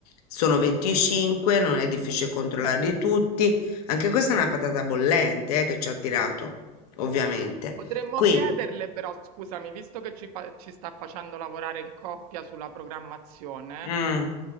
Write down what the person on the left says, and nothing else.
Sono 25, non è difficile controllarli tutti. Anche questa è una patata bollente eh, che ci ha tirato, ovviamente.
Quindi,
mm,